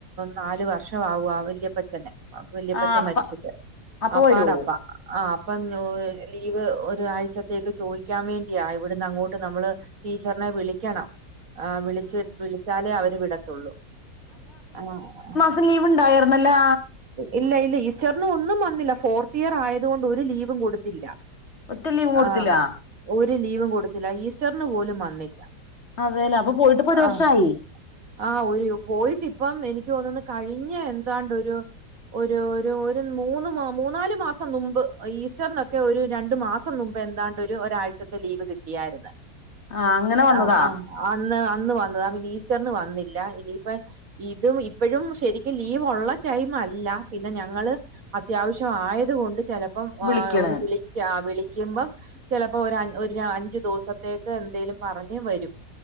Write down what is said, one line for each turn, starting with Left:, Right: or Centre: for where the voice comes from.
Right: നാലു വർഷമാവാ വല്യപ്പച്ചന് വല്ല്യപ്പച്ചൻ
Left: ആഹ് അപ്പ
Right: മരിച്ചിട്ട്
Left: അപ്പൊ
Right: അപ്പാടപ്പ
Left: വരുവോ
Right: ആഹ് അപ്പം ലീവ് ഒരാഴ്ചത്തേക്ക് ചോദിക്കാൻ വേണ്ടിയാ ഇവിടുന്ന് അങ്ങോട്ട് നമ്മള് ടീച്ചറിനെ വിളിക്കണം ആഹ് വിളിച്ച് വിളിച്ചാലേ അവര് വിടത്തുള്ളൂ ഉം
Left: പ്പൊ ലീവ് ഉണ്ടായിര്ന്നല്ലാ
Right: ഇല്ല ഇല്ല ഈസ്റ്ററിന് ഒന്നും വന്നില്ല ഫോർത്ത് ഇയർ ആയത് കൊണ്ട് ഒരു ലീവും കൊടുത്തില്ല
Left: ഒറ്റ ലീവും കൊടുത്തില്ല
Right: ആഹ് ഒരു ലീവും കൊടുത്തില്ല ഈസ്റ്ററിന് പോലും വന്നില്ല
Left: അതെയല്ലേ അപ്പൊ പോയിട്ടിപ്പോ ഒരു വർഷായി
Right: ആഹ് ആഹ് ഒരു പോയിട്ട് ഇപ്പം എനിക്ക് തോന്ന്ന്ന് കഴിഞ്ഞ എന്താണ്ട് ഒരു ഒരു ഒരു മൂന്ന് മൂന്നാല് മാസം മുമ്പ് ഈസ്റ്ററിനൊക്കെ ഒരു രണ്ടു മാ സം മുമ്പ് എന്താണ്ട് ഒരു ഒരാഴ്ചത്തെ ലീവ് കിട്ടിയായിരുന്നു
Left: ആഹ് അങ്ങനെ വന്നതാ
Right: ആഹ് ആഹ് അന്ന് അന്ന് വന്നതാ പിന്നെ ഈസ്റ്ററിന് വന്നില്ല ഇനിയിപ്പ ഇതും ഇപ്പഴും ശരിക്കും ലീവ് ഉള്ള ടൈം അല്ല പിന്നെ ഞങ്ങള് അത്യാവശ്യം ആയത് കൊണ്ട് ചെലപ്പം
Left: വിളിക്കണ്
Right: ഒന്ന് വിളി വിളിക്കുമ്പോ ചിലപ്പോ ഒരു ഒരു അഞ്ചു ദിവസത്തേക്ക് എന്തേലും പറഞ്ഞ് വരും